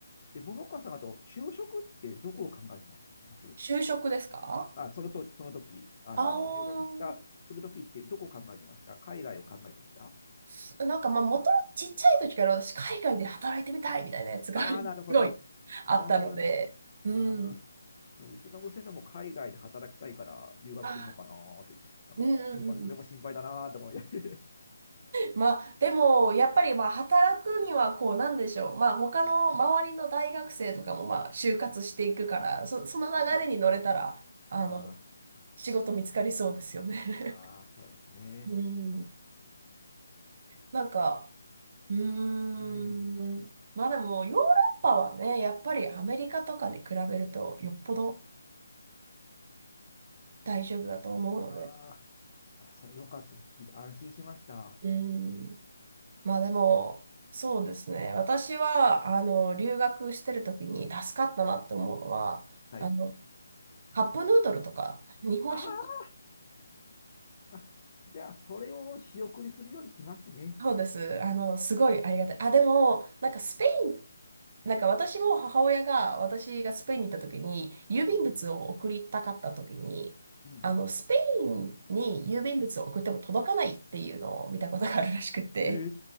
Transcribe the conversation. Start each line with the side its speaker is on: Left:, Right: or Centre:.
Left: で、桃川さん、あと、就職ってどこを考えてましたます
Right: 就職ですか
Left: あ、そのと、その時、あの、
Right: ああー、
Left: 入学した、する時ってどこを考えてました海外を考えてました
Right: すなんかまあ元ともとちっちゃい時から私海外で働いてみたいみたいなやつが
Left: ああー、
Right: <laughs> すごい
Left: なるほど。
Right: あったので、
Left: うーん
Right: うん。
Left: あーうちの娘も海外で働きたいから留学するのかなーって、
Right: あ、
Left: なんか心配、
Right: うんうんうんうん。
Left: それも心配だなーって思いながら <laughs>
Right: まあでもやっぱりまあ働くにはこうなんでしょう。まあ他の周りの大学生とかもまあ就活していくから、
Left: うん。
Right: そ、その流れに乗れたら、
Left: うん。
Right: あの、
Left: あ
Right: 仕事見つかりそうですよね。
Left: あ、ああ、そうですね。
Right: <laughs> うん。なんか、うーん。
Left: うん。
Right: まあでもヨーロッパはね、やっぱりアメリカとかに比べるとよっぽど
Left: はい。
Right: 大丈夫だと思うので。
Left: ああ、あ、それよかったです聞いて安心しました。
Right: うん。まあでも、そうですね。私は、あの、留学してる時に助かったなって思うのは、
Left: はい。
Right: あの、カップヌードルとか、日本食
Left: あーあ、じゃあ、それを仕送りするようにしますね。
Right: そうです。あの、すごいありがたい。あ、でも、なんかスペイン、なんか私も母親が、私がスペインに行った時に、郵便物を送りたかった時に、
Left: うん。うん
Right: あの、スペインに郵便物を送っても届かないっていうのを見たことがあるらしくて、
Left: へ